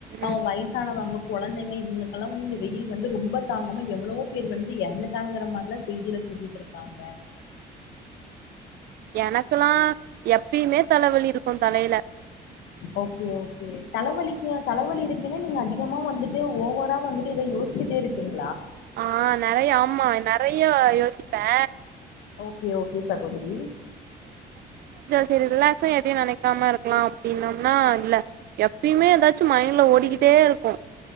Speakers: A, on the left (about 85°); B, on the right (about 60°).
A: ஆ
B: ம்
A: வயசானவாங்க கொழந்தைங்க இவுங்களு கெல்லா வந்து இந்த வெயில் வந்து ரொம்ப தாங்காம எவ்ளோ பேர் வந்து இறந்துட்டாங்க மாரி லா செய்தில சொல்லிட் இருக்காங்க
B: எனக்குல்லா எப்பயுமே தலவலி இருக்கு தலையில
A: ஓகே ஓகே தலவலிக்கு தலவலி இருக்குன்னு நீங்க அதிகமா வந்துட்டு ஓவரா வந்துட்டு இத யோசிச்சுட்டே இருப்பீங்
B: ஆ நெறைய ஆமா நெ நெறையோ யோசிப்பே
A: ஓகே ஓகே சகோதிரி
B: செரி ரிலாக்ஸா எதையு நெனைக்காம இருக்கலா அப்டின்னம்னா இல்ல எப்பியுமே ஏதாச்சு மைண்ட்ல ஓடிக்கிட்டே இருக்கு